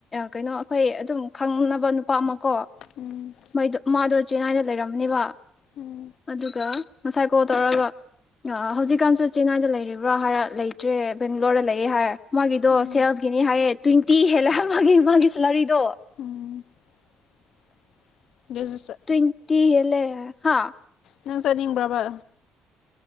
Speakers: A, on the left; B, on the left.
A: ꯀꯩꯅꯣ ꯑꯩꯈꯣꯏ ꯑꯗꯨꯝ ꯈꯪꯅꯕ ꯅꯨꯄꯥꯃꯛ ꯀꯣ
B: ꯎꯝ
A: ꯃꯣꯏꯗ ꯃꯥꯗꯣ ꯆꯦꯟꯅꯥꯏꯗ ꯂꯩꯔꯝꯅꯦꯕ
B: ꯎꯝ
A: ꯑꯗꯨꯒ ꯉꯁꯥꯏ ꯀꯣꯜ ꯇꯧꯔꯒ ꯍꯧꯖꯤꯛꯀꯥꯟꯁꯨ ꯆꯦꯟꯅꯥꯏꯗ ꯂꯩꯔꯤꯕ꯭ꯔꯥ ꯍꯥꯏꯔ ꯂꯩꯇ꯭ꯔꯦ ꯕꯦꯡꯒ꯭ꯂꯣꯔꯗ ꯂꯩꯌꯦꯦ ꯍꯥꯏꯔ ꯃꯥꯒꯤꯗꯣ
B: ꯎꯝ
A: ꯁꯦꯜꯁꯀꯤꯅꯤ ꯍꯥꯏꯌꯦ ꯇ꯭ꯋꯦꯟꯇꯤ ꯍꯦꯜꯂꯦ ꯃꯥꯒꯤ ꯃꯥꯒꯤ ꯁꯦꯂꯔꯤꯗꯣ
B: ꯎꯝ <unintelligible>
A: ꯇꯨꯇꯤ ꯍꯦꯂ ꯍꯥ
B: ꯅꯪ ꯆꯠꯅꯤꯡꯕ꯭ꯔꯕ